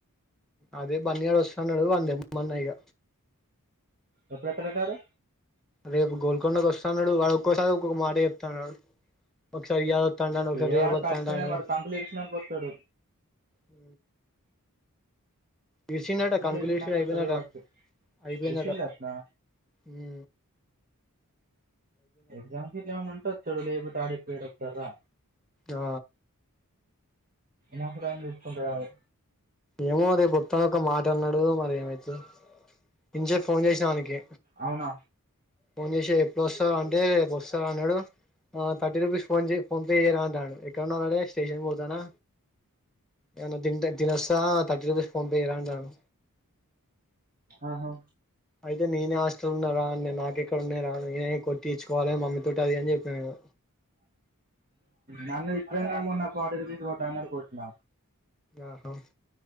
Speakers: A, in the centre; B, on the right.
A: అదే బన్నీ గాడు వస్తన్నాడు వాన్ని తెమ్మన్నా ఇగ
B: ఎప్పుడు వస్తాడట ఆడు
A: రేపు గోల్కొండకి వస్తన్నాడు వాడు ఒక్కోసారి ఒక్కొక్క మాట చెప్తాన్నాడు వాడు ఒకసారి అంటాండు ఒకసారి
B: ఏ
A: రేపు
B: వాడు
A: వత్తా
B: కష్టమే
A: అంటాండు
B: వాడు కంకులు ఇరిసినంక వస్తాడు
A: హు ఇరిసిండాట కంకులు
B: ఇరిసినాక
A: ఇరుసుడు అయిపోయిందట
B: వస్తాడు కావచ్చు
A: అయిపోయిందట
B: ఇరిసిల్లు అట్లా
A: ఉ
B: ఎగ్జామ్స్ గిట్ల ఏమన్నా ఉంటే వస్తాడు లేకపోతే వాడు ఇప్పుడే ఏడ వస్తాడురా
A: ఆ
B: ముసలి ఆయన చూసుకుంటాడు ఆడు
A: ఏమో రేపు తా ఒక మాట అన్నాడు మరి ఏమైతదో ఇంచేపు ఫోన్ చేసిన ఆనికి
B: అవునా
A: ఫోన్ చేసి ఎప్పుడు వస్తావురా అంటే రేపు వస్తా అన్నాడు ఆ థర్టీ రూపీస్ ఫోన్ చే ఫోన్పే చెయ్యరా అంటాండు ఎక్కడున్నావ్ రా అంటే స్టేషన్ పోతానా ఏదైనా తింటే తినొస్తా థర్టీ రూపీస్ ఫోన్పే చెయ్ రా అంటాండు
B: ఆహా
A: అయితే నేనే హాస్టల్ల ఉన్నారా నేను నాకెక్కడ ఉన్నాయి రా నేనే కొట్టిచ్చుకోవాలే మమ్మీతోటి అది అని చెప్పిన నేను
B: నన్ను దింపినంక ఫార్టీ రూపీస్ కొట్టు అన్నాడు కొట్టిన
A: ఆహో